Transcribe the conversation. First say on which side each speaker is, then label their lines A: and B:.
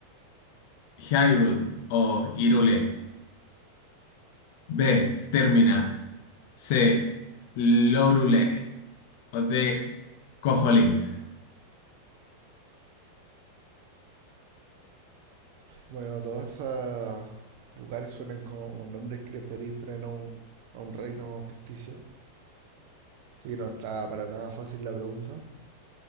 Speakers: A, on the left (about 50°); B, on the right (about 45°).
A: Hyrule o Hyrule. B. Termina. C. Lorule o D. Koholint.
B: Bueno, todos estos lugares suenan como nombres que le podríais poner a un, a un reino ficticio. Así que no está para nada fácil la pregunta.